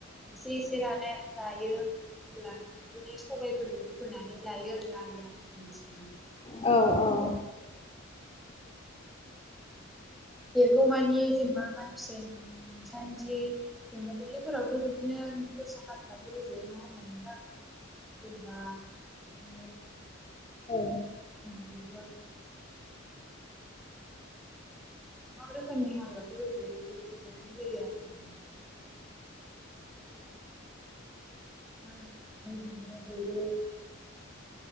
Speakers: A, in the centre; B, on the left (about 30°).
A: एसे एसे लाना गायो। ला बिदिनो सबायफोर फोनानै लायो आरो आलि आलि जिं-जिं।
B: औ - औ
A: देरगौ मानि जेनेबा मास मोनसे सिम। बि सान्दि दम दुब्लिफोरावथ' बिदिनो दस्रा हाग्राफोराबो र'ज'यो। नंङा होनबा नोंथां? जोंबा बिदिनो।
B: ओं।
A: <unintelligible> बि गोबां रोखोमनि हाग्राफोर रजयो <unintelligible> <unintelligible> <unintelligible> फिथाइ थायो।